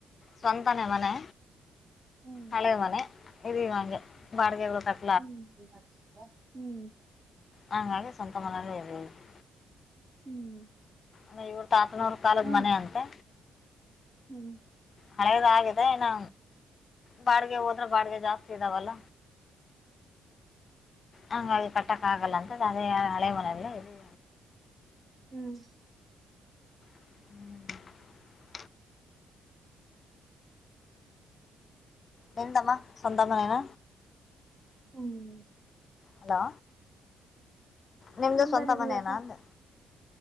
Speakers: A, on the left; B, on the right.
A: ಸ್ವಂತನೆ ಮನೆ
B: ಹ್ಮ್
A: ಹಳೆ ಮನೆ ಇದ ನಂಗೆ ಬಾಡಿಗಳು ಕಟ್ಟ.
B: ಹ್ಮ್ ಹ್ಮ್
A: ಹಾಗಾಗಿ ಸ್ವಂತ ಮನೇಲಿ <unintelligible>
B: <inaudible>
A: ಅ ಇವು ತಾತನವಾರ ಕಾಲದ
B: ಹ
A: ಮನೆ ಅಂತೆ.
B: ಹ್ಮ್.
A: ಹಳೆದ ಆಗಿದೆ ಇನ್ನ ಬಾಡಿಗೆ ಹೋದ್ರೆ ಬಾಡಗೆ ಜಾಸ್ತಿ ಇದ್ದಾವಲ್ಲ. ಹಂಗ ಅದು ಕಟಕ್ಕೆ ಆಗಲ್ಲ ಅಂತ ಅದೇ ಅಳೆ ಮನೆಯಲ್ಲೇ ಇದ್ವಿ.
B: ಹ್ಮ್
A: <inaudible> ನಿಂದುಮ್ಮ ಸ್ವಂತ ಮನೇನ
B: ಹ್ಮ್
A: ಹಲೋ ನಿಮ್ದು
B: ತುಂಬದಾಗದಿವಕ್ಕ
A: ಸ್ವಂತ ಮನೇನಾ ಅಂದೇ.